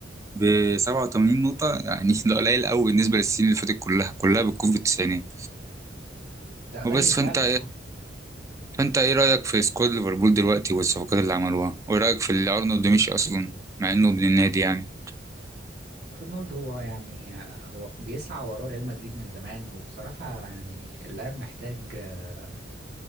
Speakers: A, on the right; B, on the right.
A: ب 87 نقطه يعني <laughs> ده قليل قوي بالنسبه للسنين اللي فاتت كلها كلها بتكون في التسعينات
B: ده قليل
A: وبس
B: فعلا
A: فانت
B: أه.
A: فانت ايه رايك في سكواد ليفربول دلوقتي والصفقات اللي عملوها وايه رايك في اللي ارنولد مشي اصلا مع انه ابن النادي يعني
B: ارنولد هو يعني هو بيسعى وراه ريال مدريد من زمان وبصراحة يعني اللاعب محتاج آه،